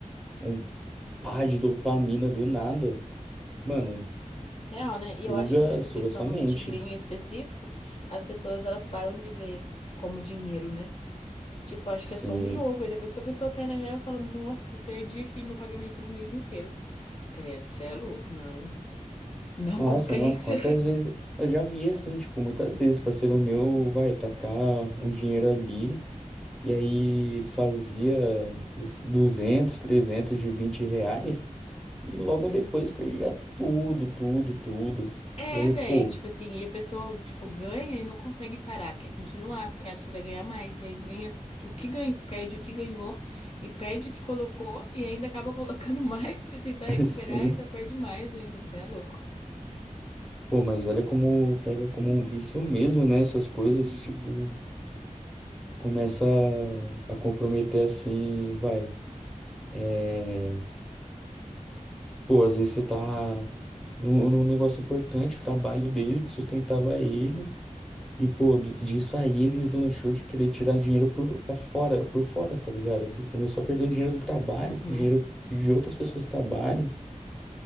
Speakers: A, in the centre; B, on the left.
A: um pá de dopamina do nada. Mano,
B: Real, né? E
A: suga,
B: eu acho que nessa
A: suga
B: questão
A: sua mente.
B: do tigrinho em específico, as pessoas elas param de ver como dinheiro, né? Tipo, acho
A: Sim.
B: que é só um jogo. Aí depois que a pessoa cai na real, fala, nossa, perdi aqui meu pagamento do mês inteiro. Credo, você é louco, não. Não
A: Nossa,
B: <laughs> compensa.
A: não, quantas vezes. Eu já vi assim, tipo, muitas vezes, parceiro meu vai tacar um dinheiro ali. E aí fazia esses 200, 300 de 20 reais. E logo depois perdia tudo, tudo, tudo.
B: É,
A: E aí,
B: velho,
A: pô,
B: tipo assim, e a pessoa, tipo, ganha e não consegue parar, quer continuar, porque acha que vai ganhar mais. E aí ganha o que ganha, perde o que ganhou, e perde o que colocou, e ainda acaba colocando <laughs> mais pra tentar
A: <laughs>
B: recuperar,
A: assim,
B: ainda perde mais ainda. Você é louco.
A: pô, mas olha como pega como um vício mesmo, né? Essas coisas, tipo, começa a, a comprometer assim, vai. É, pô, às vezes você tá num, num negócio importante, o trabalho dele que sustentava ele. E, pô, do- disso aí ele deslanchou de querer tirar dinheiro por, pra fora, por fora, tá ligado? Ele começou a perder o dinheiro do trabalho,
B: Uhum.
A: o dinheiro de outras pessoas do trabalho.